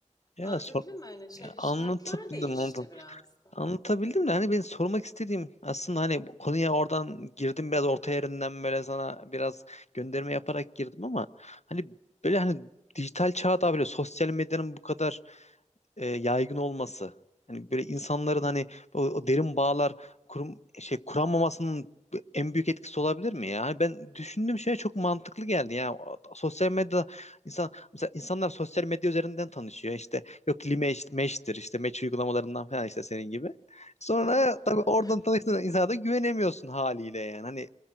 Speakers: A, on the left; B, on the left.
A: Ya,
B: Anlatabildim
A: sor
B: mi? Hani şey,
A: ya anlatabildim
B: şartlar değişti
A: anladım.
B: biraz da.
A: Anlatabildim de hani benim sormak istediğim aslında hani bu konuya oradan girdim biraz orta yerinden böyle sana biraz gönderme yaparak girdim ama hani böyle hani dijital çağda böyle sosyal medyanın bu kadar e, yaygın olması. Hani böyle insanların hani o, o derin bağlar kurum, şey kuramamasının en büyük etkisi olabilir mi ya? Hani ben düşündüğüm şey çok mantıklı geldi. Yani o- sosyal medyada insan mesela insanlar sosyal medya üzerinden tanışıyor. İşte yok Limeş, Meş'tir işte Meç uygulamalarından falan işte senin gibi. Sonra
B: Hı,
A: tabii
B: evet.
A: oradan tanıştığın insana da güvenemiyorsun haliyle yani. Hani